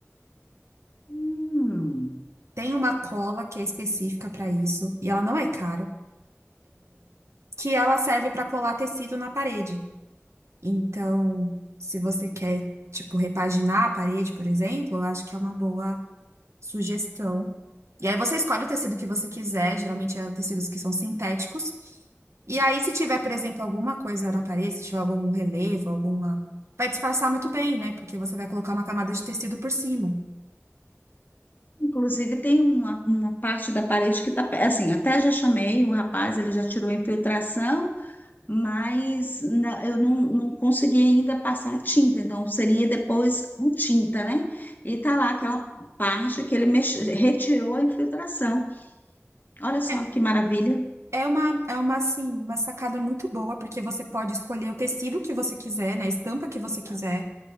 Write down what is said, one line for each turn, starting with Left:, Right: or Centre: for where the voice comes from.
Left: Hum.
Right: Tem uma cola que é específica para isso, e ela não é cara, que ela serve para colar tecido na parede. Então, se você quer, tipo, repaginar a parede, por exemplo, eu acho que é uma boa sugestão. E aí você escolhe o tecido que você quiser, geralmente é tecidos que são sintéticos. E aí, se tiver, por exemplo, alguma coisa na parede, se tiver algum relevo, alguma. Vai disfarçar muito bem, né? Porque você vai colocar uma camada de tecido por cima.
Left: Inclusive, tem uma, uma parte da parede que está. Assim, até já chamei o rapaz, ele já tirou a infiltração. mas na- eu não, não consegui ainda passar a tinta, então seria depois a tinta, né? E tá lá aquela parte que ele mex- retirou a infiltração. Olha só
Right: É
Left: que maravilha.
Right: é uma, é uma, assim, uma sacada muito boa, porque você pode escolher o tecido que você quiser, né? A estampa que você quiser.